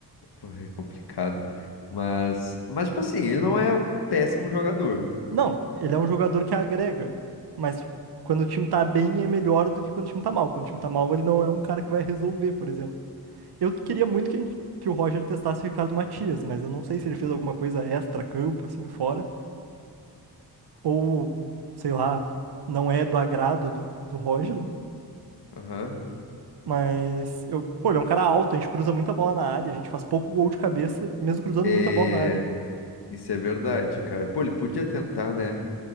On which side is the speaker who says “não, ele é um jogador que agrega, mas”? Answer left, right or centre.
Right